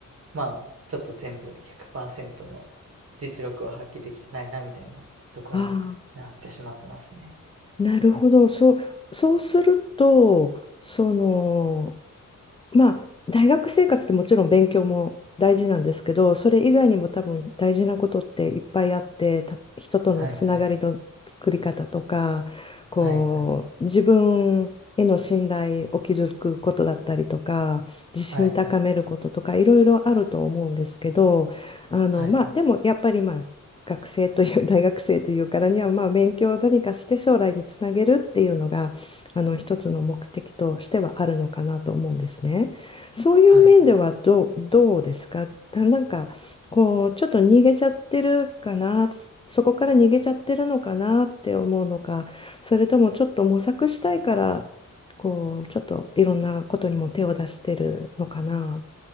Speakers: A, on the right (about 50°); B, on the left (about 20°).
A: まあ、ちょっと全部100%の実力を発揮できてないなみたいなところになってしまってますね。
B: ああ。なるほど。そう、そうすると、その、まあ、大学生活ってもちろん勉強も大事なんですけど、それ以外にも多分大事なことっていっぱいあって、た人とのつながりの作り方とか、
A: はいはい。
B: こう、
A: はいはい。
B: 自分への信頼を築くことだったりとか、
A: はいはい。
B: 自信高めることとか、いろいろあると思うんですけど、あの、
A: はいはい。
B: まあ、でもやっぱりまあ、学生という、<laughs> 大学生というからには、まあ、勉強を何かして将来につなげるっていうのが、あの一つの目的としてはあるのかなと思うんですね。そういう面ではどう、
A: はいはい。
B: どうですかあなんかこうちょっと逃げちゃってるかなそこから逃げちゃってるのかなって思うのかそれともちょっと模索したいからこうちょっといろんなことにも手を出してるのかな